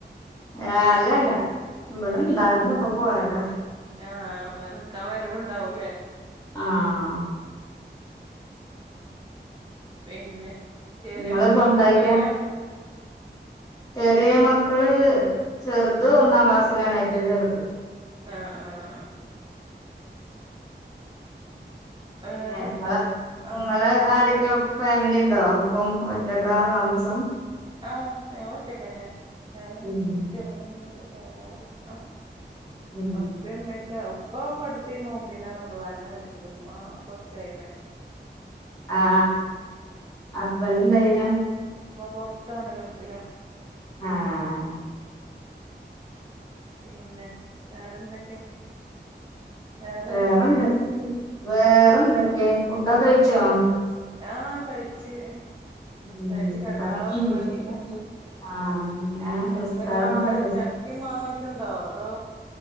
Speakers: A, on the left; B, on the right.
A: അല്ലല്ല. ഇബ്ടെ ഇണ്ടായിരുന്നു. ഇപ്പ പോയതാ.
B: ആ നിക്കാൻ വരവുണ്ടാവൂലെ?.
A: ആഹ്
B: <unintelligible> പിന്നെ ചെറ്യേ
A: നിങ്ങള്
B: മക്കളൊക്കെ
A: സ്വന്തായിട്ടാ
B: എത്രയില?
A: ചെറ്യേ മക്കള് ചെറുത് ഒന്നാം ക്ലാസ്സിലാണ്. ഏറ്റവും ചെറുത്.
B: ആഹ് ആഹാ ആ
A: പിന്നെ
B: വേറെ
A: ഇങ്ങെളെ
B: ആഹ്
A: ഇങ്ങള് ആരൊക്കെയോ?. ഫാമിലി ഉണ്ടോ? ഒപ്പം ഒറ്റക്ക താമസം.
B: ആഹ് ഞങ്ങള് ഒറ്റക്കന്നെ, ഞാനും
A: ഉം
B: കുട്ടി ഒന്നെന്നൊള്ളു. വേറെ ആരുല്ല.
A: ഉം
B: ഉപ്പ ഉമ്മ്യെക്കെ, ഉപ്പ ഇപടുത്തീന്നു. പിന്നെ റമളാൻലാ മരിച്ചത്. ഇമ്മ കൊറച്ചായി മരിച്ചത്.
A: ആ ആ ഹസ്ബൻ്റ എന്ത് ചെയണ്.
B: ഇപ്പം പൊറ്ത്താണ് ഗൾഫില
A: ആഹ്
B: പിന്നെ വേറെന്തൊക്കെ. വേറെന്തൊക്കെയാ
A: വേറെന്തൊക്കെ.
B: വിവരം
A: വേറെന്തൊക്കെ ഫുഡ്ഡൊക്കെ കഴിച്ചൊ.
B: ആഹ് കഴിച്ച്
A: <unintelligible> <unintelligible>
B: കഴിച്ച് കെടക്കാള്ള പരിപാടിയിലാ
A: ആഹ് ഞാൻ നിസ്കാരം
B: എന്താ ഇങ്ങളവിടെ
A: കള --
B: ചക്കിം, മാങ്ങക്കണ്ടോ അതൊ.